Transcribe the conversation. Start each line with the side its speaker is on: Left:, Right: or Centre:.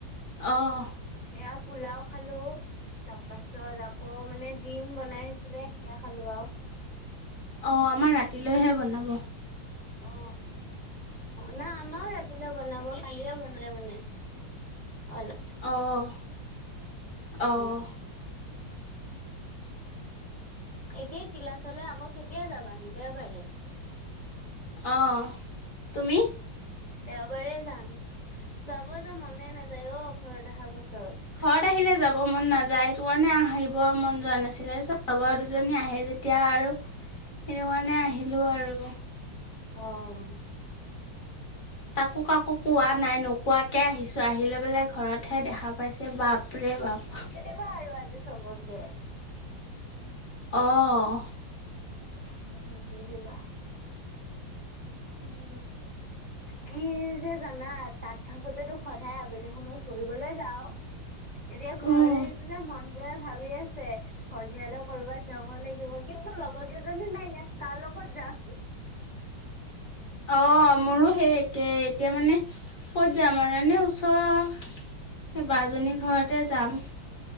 Left: অঁ -
Right: সেয়া পোলাও খালো- তাৰপাছত আকৌ মানে ডিম বনাই আছিলে সেয়া খালো আৰু-
Left: অঁ আমাৰ ৰাতিলৈহে বনাব-
Right: অঁ - অঁ নাই আমাৰো ৰাতিলৈ বনাব কালিয় বনালে মানে অলপ-
Left: অঁ
Right: অ
Left: অঁ-
Right: এতিয়া কিলাচলৈ আকৌ কেতিয়া যাবানো দেওবাৰে-
Left: অঁ তুমি?
Right: দেওবাৰে যাম যাব যে মনে নাযায় অঁ ঘৰত অহাৰ পাছত-
Left: ঘৰত আহিলে যাব মন নাযায় সেইটো কাৰণে আহিব মন যোৱা নাছিলে লগৰ দুজনী আহে যেতিয়া আৰু- সেইটো কাৰণে আহিলো আৰু-
Right: অঁ!
Left: তাকো কাকো কোৱা নাই নোকোৱাকে আহিছো আহিলে বেলে ঘৰত হে দেখা - পাইছে বাপৰে বাপ-
Right: নেৰু আৰু আজি চবকে
Left: অহ-
Right: উম দেই দেই অ-
Left: উম,
Right: কি যে জানা তাত থাকোতেতো সদায় আবেলি সময়ত ফুৰিবলৈ যাও- এতিয়া ঘৰত
Left: উম
Right: আহিচো যে মনটোৱে ভাবি আছে- সন্ধিয়ালৈ কৰবাত যাব লাগিব কিন্তু লগৰ কেইজনী নাই ইয়াত কাৰ লগত যাম-
Left: অঁ মোৰো সেই একে এতিয়া মানে ক'ত যাম আৰু এনে ওচ- সেই বাজনী ঘৰতে যাম-